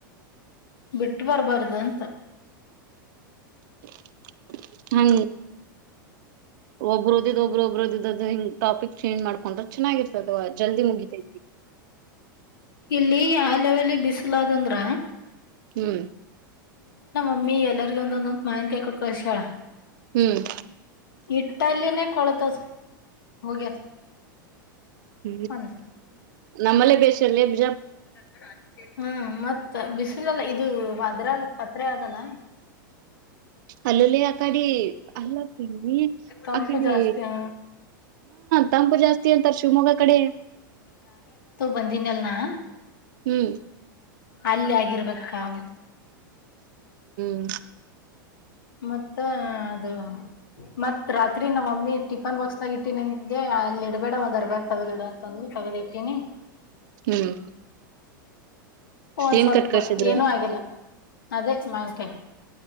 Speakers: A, on the left; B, on the right.
A: ಬಿಟ್ಟ ಬರ್ಬಾರ್ದು ಅಂತ
B: <inaudible> ಹು ಒಬ್ಬರು ಓದಿದ್ದ ಒಬರು ಒಬರುದ ಹ ಟಾಪಿಕ್ ಚೇಂಜ್ ಮಾಡ್ಕೊಂಡ್ರೆ ಚೆನ್ನಾಗಿರ್ತದ ಜಲ್ದಿ ಮುಗಿತೈತಿ
A: ಇಲ್ಲಿ ಯಾವ ಲೆವೆಲಿ ಬಿಸಲ ಅದಂದ್ರ
B: ಹ್ಮ್
A: ಮಮ್ಮಿ ಎಲ್ಲರಿಗ ಒಂದೊ ಮಾವಿನಕಾಯಿ ಕೊಟ್ಟು ಕಳಸ್ಯಾಳ
B: ಹ್ಮ್
A: ಇಟ್ಟಲ್ಲಿನೇ ಕೊಳತದ ಹೋಗ್ಯದ
B: ಹ
A: ಒಂದ್
B: ನಮ್ಮಲ್ಲೇ ಬೇಸಲ್ಲೇಜ
A: ಅರ್ಧ ಹಾಲ್ ಟಿಕೆಟ್ ಹ್ಮ್ ಮತ್ತೆ ಬಿಸಿಲೆಲ್ಲ ಇದು ಅದ್ರಾಗ ಪತ್ರೆ ಅದಲ್ಲ
B: ಅಲ್ಲಲ್ಲಿಯ ಅಡೆ ಅಲ್ಲಾಪಿ
A: ತಂಪು
B: ಅಕ್ಕಡೆ
A: ಜಾಸ್ತಿ ಹ
B: ತಂಪು ಜಾಸ್ತಿ ಅಂತಾರೆ ಶಿವಮೊಗ್ಗ ಕಡೆ
A: ಬಂದನ್ ಅಲ್ನಾ
B: ಹ್ಮ್
A: ಅಲ್ಲಿ ಆಗಿರ್ಬೇಕಾ
B: ಹ್ಮ
A: ಮತ್ತೆ ಅದು ಮತ್ ರಾತ್ರಿ ನಮ್ಮ್ ಮಮ್ಮಿ ಟಿಫನ್ ಬಾಕ್ಸ್ದಾಗ ಇಟ್ಟೀಅಲ್ಲಿ ಇಡ್ಬೇಡ ಒಂದ್ರ್ಬ್ಯಾಗ ತಗ್ದಿಡ ಅಂತಂದ ತಗ್ದಿ ಇಟ್ಟೀಿನಿ
B: ಹ್ಮ್
A: ಒಂದ್
B: ಏನ್
A: ಸ್ವಲ್ಪ
B: ಕಟ್ ಕಳ್ಸಿದ್ರ
A: ಏನೂ ಆಗಿಲ್ಲ ಅದೇ ಮಂಕೆ